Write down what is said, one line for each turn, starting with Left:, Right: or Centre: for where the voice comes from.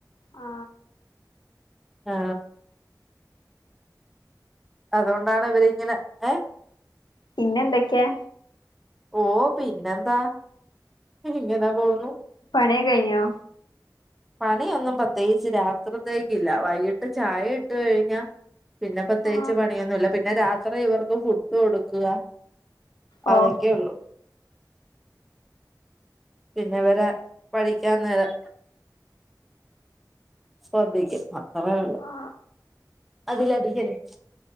Left: ആ
Centre: ആ അതുകൊണ്ടാണ് ഇവരിങ്ങനെ- ഏ
Left: പിന്നെന്തൊക്കെയാ
Centre: ഓ പിന്നെന്താ ഇങ്ങനെ പോന്നു
Left: പണിയൊക്കെ കഴിഞ്ഞോ?
Centre: പണിയൊന്നും പ്രത്യേകിച്ച് രാത്രിതേക്കു ഇല്ല വൈകിട്ട് ചായ ഇട്ട കഴിഞ്ഞാ- പിന്നെ പ്രത്യേകിച്ച്
Left: ആ
Centre: പണിയൊന്നും ഇല്ല പിന്നെ രാത്രി ഇവർക്ക് ഫുഡ് കൊടുക്കുക
Left: ഓ
Centre: അതൊക്കെള്ളു പിന്നെവരെ പഠിക്കാൻ നേരം ശ്രദ്ധിക്കും ആ <unintelligible>
Left: ആ
Centre: അതിലടിക്കല്ലേ